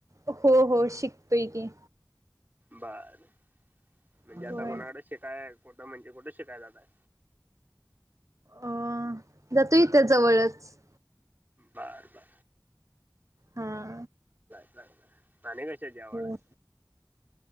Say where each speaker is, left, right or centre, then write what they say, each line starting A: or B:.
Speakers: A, on the right; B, on the right.
A: हो हो शिक तिके.
B: बर. म्हणजे
A: होय
B: आता कोणाकड शिकाय कुठं म्हणजे कुठे शिकायला जाताय?
A: अ जातो इ त्या जवळच
B: बर बर.
A: हा
B: नाही नाही. आणि कशाची आवड
A: हो
B: आहे?